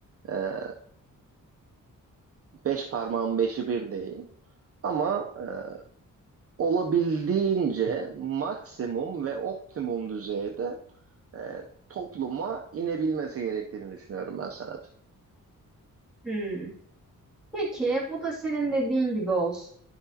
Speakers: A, on the right; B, in the centre.
A: eee, beş parmağın beşi bir değil. Ama eee, olabildiğince maksimum ve optimum düzeyde eee, topluma inebilmesi gerektiğini düşünüyorum ben sana.
B: Hmm. Peki, bu da senin dediğin gibi olsun.